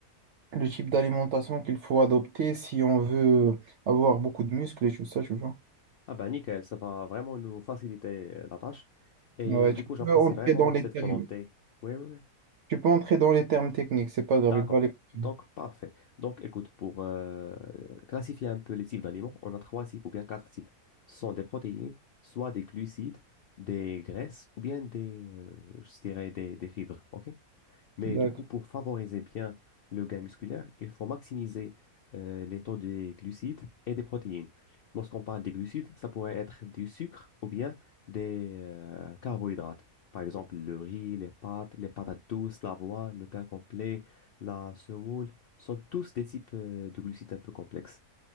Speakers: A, on the right; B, on the left.
A: le type d'alimentation qu'il faut adopter si on veut avoir beaucoup de muscles et tout ça, tu vois.
B: Ah bah nickel, ça va vraiment nous faciliter euh, la tâche. Et
A: Ouais,
B: du
A: tu
B: coup, j'apprécie
A: peux entrer
B: vraiment
A: dans les
B: cette
A: termes,
B: volonté. Oui, oui, oui.
A: tu peux entrer dans les termes techniques, c'est pas grave,
B: D'accord.
A: il va les comprendre.
B: Donc, parfait. Donc, écoute, pour euh, classifier un peu les types d'aliments, on a trois types ou bien quatre types. Ce sont des protéines, soit des glucides, des graisses ou bien des, euh, je dirais, des, des fibres. OK? Mais
A: D'accord.
B: du coup, pour favoriser bien le gain musculaire, il faut maximiser euh, les taux des glucides et des protéines. Lorsqu'on parle des glucides, ça pourrait être du sucre ou bien des euh, carbohydrates. Par exemple, le riz, les pâtes, les patates douces, l'avoine, le pain complet, la semoule, sont tous des types euh, de glucides un peu complexes.